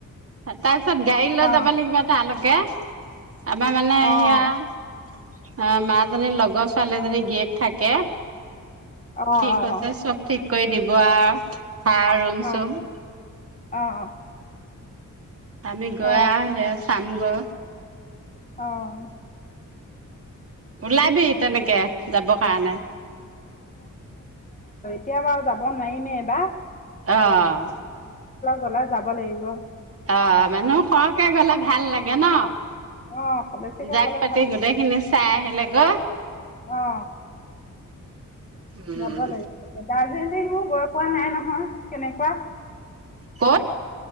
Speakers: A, on the right (about 45°); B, on the left (about 25°).
A: তাৰ। তাপিছত গাড়ী লৈ
B: অ', অ',
A: যাব লাগিব তালকে। <inaudible> আমাৰ মানে
B: অ',
A: ইয়া অ মাজনীৰ লগৰ ছোৱালী এজনীৰ গীয়েক থাকে।
B: অ', অ',
A: ঠিক আছে, চব ঠিক কৰি দিব আৰু। হা ৰুম
B: অ',
A: চোম।
B: অ', অ।
A: আমি গৈ
B: অ
A: আ হে চাম বা
B: অঅ
A: ওলাবি তেনেকে যাব কাৰণে।
B: কেতিয়া বাৰু যাব নোৱাৰিমে এবাৰ।
A: অঅ।
B: গলে যাব লাগিব।
A: অ মানুহ সৰহকে গ'লে ভাল লাগে ন?
B: অ বেছিকে
A: জাক
B: গ'লে
A: পাতি
B: ভাল
A: গোটেই খিনি চাই আহিলে <unintelligible>
B: অ
A: উম
B: যাব লাগিব দাৰ্জিলিং গৈ পোৱা নাই নহয়, কেনেকুৱা?
A: কত?